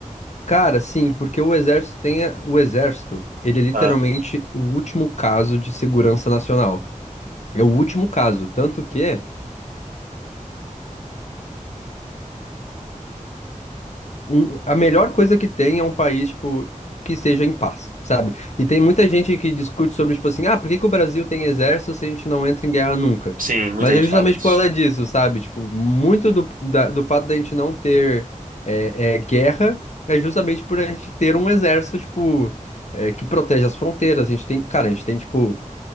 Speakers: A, on the left; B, on the right.
A: Cara, sim, porque o exército tem. a- O exército, ele é literalmente
B: Ah,
A: o último caso de segurança nacional. É o último caso. Tanto que. um- a melhor coisa que tem é um país, tipo, que seja em paz, sabe? E tem muita gente que discute sobre, tipo assim, ah, por que que o Brasil tem exército se a gente não entra em guerra nunca?
B: sim, muita
A: Mas
B: gente
A: é justamente
B: fala isso.
A: por causa disso, sabe? Tipo, muito do, da- do fato da gente não ter é, é, guerra é justamente por a gente ter um exército, tipo, é, que protege as fronteiras. A gente tem, cara, a gente tem, tipo,